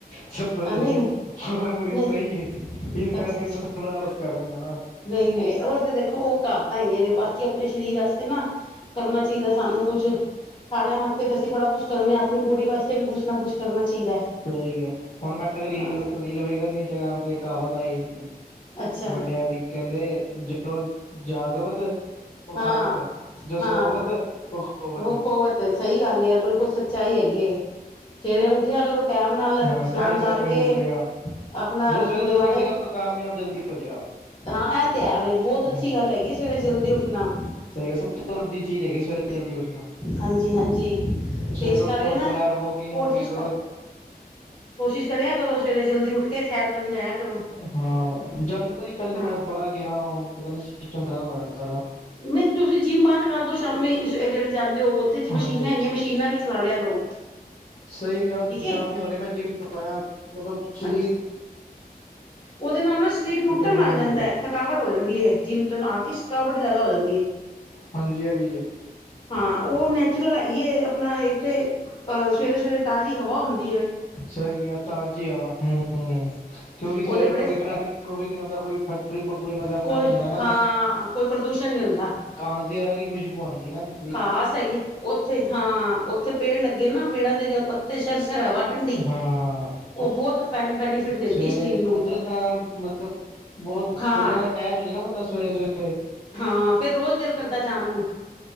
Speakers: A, on the left; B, on the left.
A: ਸਭ ਤੋਂ
B: ਆ
A: ਜਲਦੀ
B: ਨਹੀਂ ਨਹੀਂ
A: ਮ ਤਾਂ ਮਰੀਿੰਦਾ
B: ਨਹੀਂ
A: ਹੀ ਹੈ ਹਗਢ ਜਈ <unintelligible> ਇਸ ਕਰਕੇ
B: ਅੱਛਾ ਅੱਛਾ
A: ਮੈਂ ਥੋੜ੍ਹਾ ਆਲਸ ਕਰ ਦਿੰਦਾ ਨਾ।
B: ਨਹੀਂ- ਨਹੀਂ ਉਹ ਤੇ ਦੇਖੋ ਉਹ ਕਹਾਵਤਾਂ ਹੈਗੀਆਂ ਨੇ ਬਾਕੀ ਆਪਣੇ ਸਰੀਰ ਵਾਸਤੇ ਨਾ ਕਰਨਾ ਚਾਹੀਦਾ ਸਾਨੂੰ ਕੁੱਛ ਸਾਰਿਆਂ ਵਾਸਤੇ ਤੇ ਅਸੀਂ ਬੜਾ ਕੁਛ ਕਰਨੇ ਹਾਂ। ਆਪਣੀ ਬੋਡੀ ਵਾਸਤੇ ਵੀ ਕੁਛ ਨਾ ਕੁੱਛ ਕਰਨਾ। ਚਾਹੀਦਾ ਹੈ
A: ਸਹੀ ਹੈ ਹੁਣ ਮੈਂ ਇੱਕ ਰੀਲ
B: ਹਾਂ
A: ਰੀਲ ਵੇਖ ਰਿਹਾ ਸੀ। ਇੰਸਟਾਗ੍ਰਾਮ ਤੇ ਕਹਾਵਤ ਆਈ ਸੀ-
B: ਅੱਛਾ
A: ਵੱਡਿਆ ਦੀ ਕਹਿੰਦੇ ਜਦ ਜਾਗਵਤ। ਉਹਖਵਤ
B: ਹਾਂ
A: ਹੈ ਜੋ ਸਵਤ
B: ਹਾਂ
A: ਹੈ। ਉਹ। ਖੋਵਤ
B: ਉਹ ਖਵਤ ਸਹੀ ਗੱਲ ਹੈ ਬਿਲਕੁਲ ਸੱਚਾ ਹੀ ਹੈਗੀ ਸਵੇਰੇ ਉੱਠਿਆ ਕਰੋ। ਟਾਈਮ ਨਾਲ ਇਸ਼ਨਾਨ
A: ਹਾਂ ਤਾਂ ਹੀ ਸਭ
B: ਕਰਕੇ
A: ਕੁਝ ਮਿਲੇਗਾ
B: ਆਪਣਾ
A: ਜੋ ਸਵੇਰੇ
B: ਗੁਰਦੁਆਰੇ।
A: ਜਲਦੀ ਉੱਠ ਗਿਆ ਉਹ ਕਾਮਯਾਬ ਜਲਦੀ ਹੋ ਜਾਏਗਾ
B: ਹਾਂ ਇਹ ਤੇ ਹੈ ਵ ਬਹੁਤ ਅੱਛੀ
A: ਹਮ
B: ਗੱਲ ਹੈਗੀ ਸਵੇਰੇ ਜਲਦੀ ਉੱਠਣਾ।
A: ਸਹੀ ਹੈ ਸਭ ਤੋਂ ਵੱਡੀ ਚੀਜ਼ ਹੈਗੀ ਸਵੇਰੇ ਜਲਦੀ ਉੱਠਣਾ
B: ਹਾਂਜੀ-ਹਾਂਜੀ
A: ਸਵੇਰੇ
B: ਤੇ ਇਸ
A: ਉੱਠੋ
B: ਕਰਕੇ ਮੈਂ
A: ਸੈਰ ਵੋਕਿੰਗ
B: ਕੋਸ਼ਿਸ਼
A: ਵੂਕਿੰਗ ਕਰੋ
B: ਕਰ। ਕੋਸ਼ਿਸ਼ ਕਰਿਆ ਕਰੋ ਸਵੇਰੇ ਜਲਦੀ ਉੱਠ ਕੇ ਸੈਰ। ਕਰਨ ਜਾਇਆ ਕਰੋ।
A: ਹਾਂ ਜਾਂਦਾ ਸੀ ਪਹਿਲੇ
B: ਹਾਂ
A: ਮੈਂ ਬੜਾ ਗਿਆ ਹੁਣ ਪਤਾ ਨੀ ਸਿਸਟਮ ਖਰਾਬ ਹੋਯਾ ਦਾ ਸਾਰਾ।
B: ਨਹੀਂ ਤੁਸੀਂ ਜਿੰਮ ਬੰਦ ਕਰਦੋ ਸ਼ਾਮੀ ਜਿਹੜੀ ਜਾਂਦੇ। ਤੇਓ ਉੱਥੇ ਜੇ ਮਸ਼ੀਨਾਂ
A: ਹਾਂਜੀ
B: ਹੈਗੀਆਂ ਮਸ਼ੀਨਾਂ ਵੀ ਚਲਾ ਲਿਆ ਕਰੋ।
A: ਸਹੀ ਕਿਹਾ
B: ਠੀਕ ਹੈ
A: ਸ਼ਾਮੀ ਹੋਣੇ ਮੈਂ ਜਿਮ ਤੋਂ ਆਇਆ ਮਤਲਬ ਸ਼ਰੀਰ।
B: ਅੱਛਾ ਉਹਦੇ ਨਾਲ ਨਾ ਸਰੀਰ ਟੁੱਟਣ
A: ਦਾ ਮਨ
B: ਲੱਗ
A: ਨੀ
B: ਜਾਂਦਾ
A: ਕਰਦਾ
B: ਹੈ ਥਕਾਵਟ ਹੋ ਜਾਂਦੀ ਏ ਜਿੰਮ ਤੋਂ ਆ ਕੇ ਥਕਾਵਟ ਜ਼ਿਆਦਾ ਹੋ ਜਾਂਦੀ। ਦੀ।
A: ਹਾਂਜੀ ਐ ਵੀ ਹੈ।
B: ਹਾਂ ਉਹ ਨੈਚੁਰਲ ਹੈਗੀ ਹੈ ਆਪਣਾ ਇੱਕ ਤੇ ਅਹ ਸਵੇਰੇ- ਸਵੇਰੇ ਤਾਜ਼ੀ ਹਵਾ ਹੁੰਦੀ ਏ।
A: ਸਹੀ ਕਿਹਾ ਤਾਜੀ ਹਵਾ ਹੂੰ-ਹੂੰ। ਕਿਉਂਕਿ ਸਵੇਰੇ
B: ਉਹਦੇ ਬੜੇ
A: ਕੋਈ ਟੈਫਿਕ ਟਰੂਫਿਕ ਨੀ ਹੁੰਦਾ ਕੋਈ ਫੈਕਟਰੀ ਪ੍ਰਦੂਸ਼ਣ ਵਗੈਰਾ
B: ਕੋਈ
A: ਨੀ ਹੁੰਦਾ ਨਾ।
B: ਹਾਂ ਕੋਈ ਪ੍ਰਦੂਸ਼ਣ ਨੀ ਹੁੰਦਾ।
A: ਕਾਂਸ ਦੀ ਅਲਗ ਕੀ ਖੁਸ਼ਬੂ ਆਉਂਦੀ ਨਾਮ।
B: ਖ਼ਾਸ ਹੈਗੀ ਉੱਥੇ ਹਾਂ ਉੱਥੇ ਪੇੜ ਲੱਗੇ ਨਾ ਪੇੜਾਂ ਦੇ ਜਦੋਂ ਪੱਤੇ ਸ਼ਰ ਸ਼ਰ ਹਵਾ। ਠੰਡੀ
A: ਹਾਂ
B: ਉਹ ਬਹੁਤ ਫੈਨ ਬੈਨੀਫਿਟ ਦਿੰਦੀ
A: ਸਵੇਰੇ
B: ਹੈ ਸਰੀਰ ਨੂੰ
A: ਕੁਦਰਤ ਨਾਲ ਮਤਲਬ। ਬਹੁਤ
B: ਹਾਂ
A: ਕੁਦਰ ਦਾ ਅਟੈਚ ਹੋ ਜਾ ਨਾ ਬੰਦਾ ਸਵੇਰੇ-ਸਵੇਰੇ।
B: ਹਾਂ ਫੇਰ ਰੋਜ਼ ਦਿਲ ਕਰਦਾ ਜਾਣ ਨੂੰ-